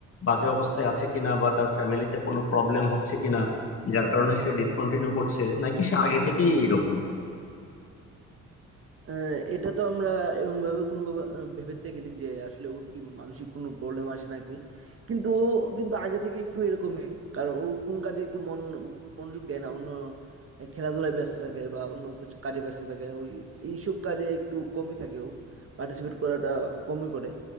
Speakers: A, on the left; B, on the right.
A: বাজে অবস্থায় আছে কিনা বা তার ফ্যামিলিতে কোনো প্রবলেম হচ্ছে কিনা যার কারণে সে ডিসকন্টিনিউ করছে নাকি সে আগে থেকেই এরকম
B: আহ, এটা তো আমরা এমন ভাবে কোনো ভাবে, আহ, ভেবে দেখিনি যে আসলে ওর কি মানসিক কোনো প্রবলেম আসে নাকি কিন্তু ও কিন্তু আগে থেকে একটু এরকমই কারণ ও কোন কাজে একটু মন মনোযোগ দেয় না অন্য আহ, খেলাধুলায় ব্যস্ত থাকে বা অন্য কিছু কাজে ব্যস্ত থাকে ওই এইসব কাজে একটু কমই থাকে ও পার্টিসিপেট করাটা কমই করে